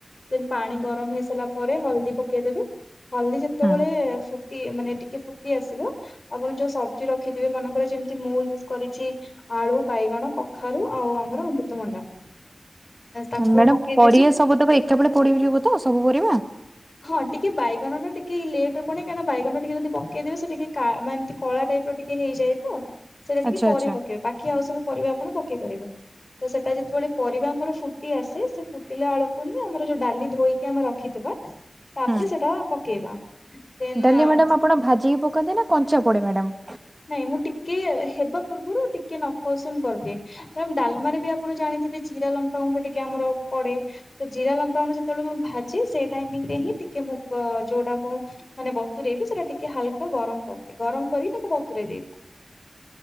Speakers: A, on the left; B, on the right.
A: ପାଣି ଗରମ ହେଇ ସାରିଲା ପରେ ହଳଦୀ ପକେଇଦେବେ ହଳଦୀ ଯେତେବେଳେ
B: ହୁଁ।
A: ମାନେ ଟିକେ ଫୁଟି ଆସିବ ଆପଣ ଯୋଉ ସବ୍ଜି ରଖିଥିବେ ମନେକର ଯେମତି ମୁଁ ୟୁଜ୍ କରିଚି ଆଳୁ ବାଇଗଣ କଖାରୁ ଆଉ ଆମର ଅମୃତମଣ୍ଡା। ତାକୁ
B: ମ୍ୟାଡାମ
A: ପକେଇଦେଲି
B: ପରିବା ସବୁତକ ଏକା ବଳେ ପଡିଯିବ ତ ସବୁ ପରିବା?
A: ହଁ ଟିକେ ବାଇଗଣ ଟା ଟିକେ ଲେଟ୍ ରେ ପଡେ କାହିଁକି ନା ବାଇଗଣ ଟିକେ ଯଦି ପକେଇଦେବେ ସେ ଟିକେ କା-ମାନେ ଏମ୍ ତି କଳା ଟାଇପ୍ ର ଟିକେ ହେଇଯାଏ ତ। ସେଇଟା ଟିକେ
B: ଆଚ୍ଛା
A: ପରେ
B: ଆଚ୍ଛା।
A: ପକେଇବେ ବାକି ଆଉ ସବୁ ପରିବା ଆପଣ ପକେଇ ପାରିବେ ତ ସେଟା ଯେତେବେଳେ ପରିବା ଆମର ଫୁଟି ଆସେ ସେ ଫୁଟିଲା ବଳକୁ ହିଁ ଆମର ଯୋଉ ଡାଲି ଧୋଇକି ଆମେ ରଖିଥିବା ତାପରେ
B: ହୁଁ।
A: ସେଟା ପକେଇବା। ଦେନ୍
B: ଡାଲି ମ୍ୟାଡାମ୍ ଆପଣ ଭାଜି କି ପକାନ୍ତି ନା କଞ୍ଚା ପଡେ ମ୍ୟାଡାମ୍?
A: ନାଇଁ ମୁଁ ଟିକେ ହେବା ପୂର୍ବରୁ ଟିକେ ନଖ ଉଷୁମ୍ କରିଦିଏ। ମାମ୍ ଡାଲ୍ମା ରେ ବି ଆପଣ ଜାଣିଥିବେ ଜିରା ଲଙ୍କା ଗୁଣ୍ଡ ଟିକେ ଆମର ପଡେ ତ ଜିରା ଲଙ୍କାଗୁଣ୍ଡ ଯେତେବେଳେ ମୁଁ ଭାଜେ ସେ ଟାଇମ୍ ରେ ହିଁ ଟିକେ ମୁଗ ଯୋଉଟା ମୁଁ ମାନେ ବତୁରେଇ ବି ସେଟା ଟିକେ ହାଲକା ଗରମ୍ କରିଦିଏ ଗରମ କରିକି ତାକୁ ବତୁରେଇ ଦେଇଥାଏ।